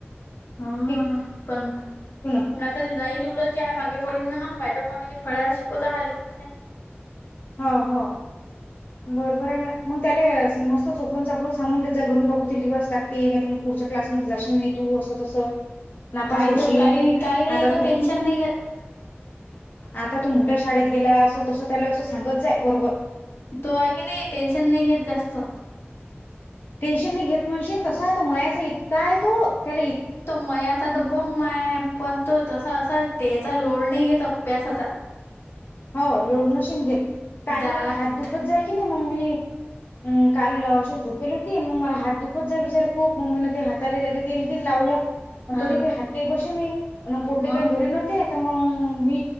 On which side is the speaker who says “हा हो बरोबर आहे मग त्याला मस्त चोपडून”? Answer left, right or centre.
Left